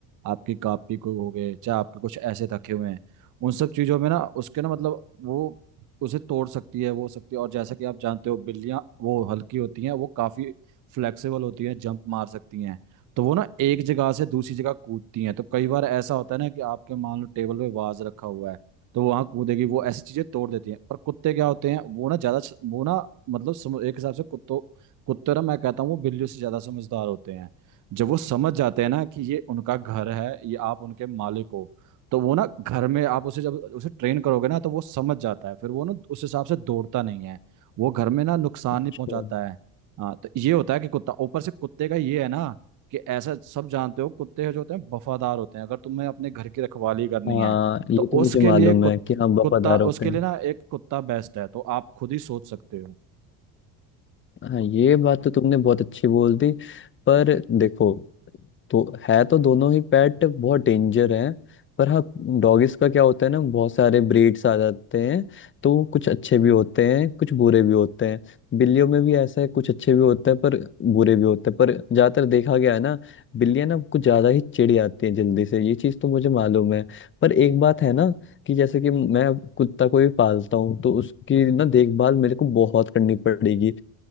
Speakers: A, on the right; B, on the left.
A: आपकी कापी को हो गए चाहे आपके कुछ ऐसे रखे हुए हैं उन सब चीजों में ना उसके ना मतलब वो उसे तोड़ सकती है वो हो सकती है और जैसा कि आप जानते हो बिल्लियां वो हल्की होती हैं वो काफी फ्लेक्सिबल होती हैं जंप मार सकती हैं तो वो ना एक जगह से दूसरी जगह कूदती हैं तो कई बार ऐसा होता है ना कि आपके मान लो टेबल पे वाज रखा हुआ है तो वो वहां कूदेगी वो ऐसी चीजें तोड़ देती हैं पर कुत्ते क्या होते हैं वो ना ज्यादा वो ना मतलब समझ एक हिसाब से कुत्तों कुत्ते ना मैं कहता हूँ वो बिल्लियों से ज्यादा समझदार होते हैं जब वो समझ जाते हैं ना कि ये उनका घर है ये आप उनके मालिक हो तो वो ना घर में आप उसे जब उसे ट्रेन करोगे ना तो वो समझ जाता है फिर वो ना उस हिसाब से दौड़ता नहीं है वो घर में ना नुकसान
B: अच्छा
A: नहीं पहुंचाता है हाँ तो ये होता है कि कुत्ता ऊपर से कुत्ते का ये है ना कि ऐसा सब जानते हो कुत्ते जो होते हैं वफादार होते हैं अगर तुम्हें अपने घर की रखवाली करनी
B: हाँ
A: है
B: ये
A: तो
B: तो मुझे
A: उसके
B: मालूम
A: लिए कुत,
B: है कि हम वफादार
A: कुत्ता उसके
B: होते हैं
A: लिए ना एक कुत्ता बेस्ट है तो आप खुद ही सोच सकते हो
B: हाँ ये बात तो तुमने बहुत अच्छी बोल दी पर देखो तो है तो दोनों ही पेट बहुत डेंजर हैं पर हाँ डॉगिस का क्या होता है ना बहुत सारे ब्रीड्स आ जाते हैं तो वो कुछ अच्छे भी होते हैं कुछ बुरे भी होते हैं बिल्लियों में भी ऐसा है कुछ अच्छे भी होते हैं पर बुरे भी होते हैं पर ज्यादातर देखा गया है ना बिल्लियां ना कुछ ज्यादा ही चिढ़ जाती हैं जल्दी से ये चीज तो मुझे मालूम है पर एक बात है ना कि जैसे कि मैं कुत्ता को भी पालता हूँ तो उसकी ना देखभाल मेरे को बहुत करनी पड़ेगी